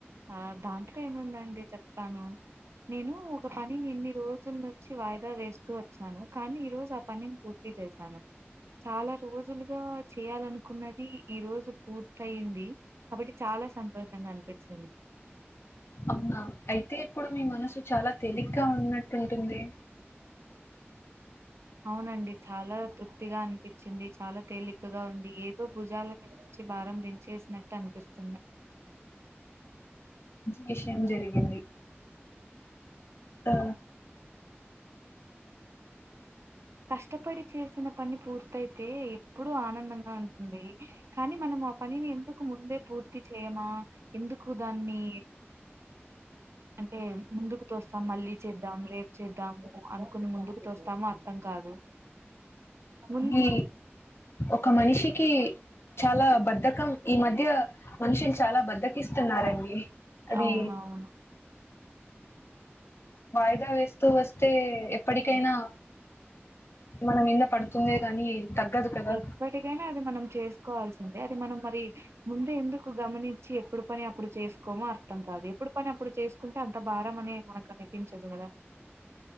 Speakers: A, on the right (about 80°); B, on the left (about 65°).
A: ఆ దాంట్లో ఏముందండి చెప్తాను. నేను ఒక పని ఎన్ని రోజుల్ నుంచి వాయి దా వేస్తూ వచ్చాను కానీ ఈ రోజు ఆ పనిన్ పూర్తి చేశాను. చాలా రోజులుగా చేయాలనుకున్నది ఈ రోజు పూర్తయింది కాబట్టి చాల్ లా సంతోషంగా అన్పించింద్
B: అవునా అయితే ఇప్పుడు మీ మనసు చాలా తేలిగ్గా ఉన్నట్టుంటుంది.
A: అవునండి చాలా తృప్తిగా అన్పిచ్చిది. చాలా తేలికగా ఉంది ఏదో భుజాల మీద నుంచి భారం దించేస్నట్ అన్పిస్తుంది.
B: విషం జరిగింది ఆ
A: కష్టపడి చేసిన పని పూర్తయితే ఎప్పుడు ఆనందంగా ఉంటుంది. కానీ మనం ఆ పనిని ఎందుకు ముందే పూర్తి చేయమా ఎందుకు దాన్ని అంటే ముందుకు తోస్తాం మళ్ళీ చేద్దాం రేప్ చేద్దాము అనుకుని ముందుకు తోస్తాము. ర్ధం కాదు. మున్
B: అదీ ఒక మనిషికి చాలా బద్ధకం ఈ మధ్య మనిషిని చాలా బద్దకిస్తున్నారండి. అదీ
A: అవునవును
B: వాయిదా వేస్తూ వస్తే ఎప్పటికైనా మన మీద్నే పడుతుందే గాని తగ్గదు కదా
A: ఎప్పటికైనా అది మనం చేస్కోవాల్సిందే అది మనం మరి ముందే ఎందుకు గమనిం చి ఎప్పుడు పని అప్పుడు చేస్కోమో అర్థం కాదు. ఎప్పుడు పని అప్పుడు చేస్కుంటే అంత భారం అని మనక్ అనిపించ దు గద